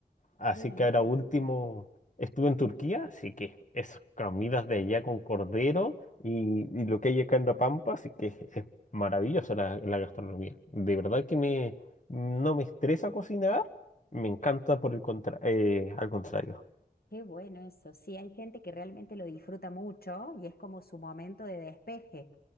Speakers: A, on the left; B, on the left.
A: Así
B: qué bien.
A: que ahora último estuve en Turquía, así que esas comidas de allá con cordero y, y lo que hay acá en La Pampa, así que es maravillosa la, la gastronomía. De verdad que me, no me estresa cocinar, me encanta por el contra- eh, al contrario.
B: Qué bueno eso. Sí, hay gente que realmente lo disfruta mucho y es como su momento de despeje.